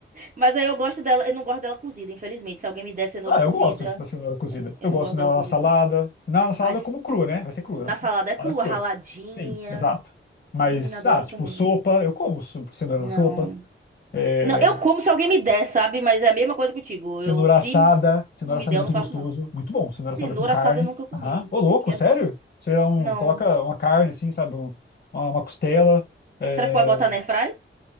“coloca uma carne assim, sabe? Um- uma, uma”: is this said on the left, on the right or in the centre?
Left